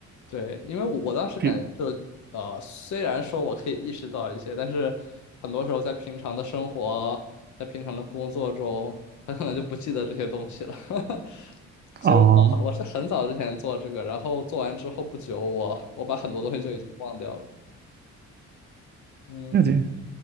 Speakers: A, on the left; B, on the right.
A: 对，因为我我当时感觉就是呃，
B: 比
A: 虽然说我可以意识到一些，但是很多时候在平常的生活，在平常的工作中，很可能就不记得这些东西了。<laughs> 所以我，
B: 哦，
A: 我是很早之前做这个，然后做完之后不久我，我把很多东西就已经忘掉了。嗯
B: 了解，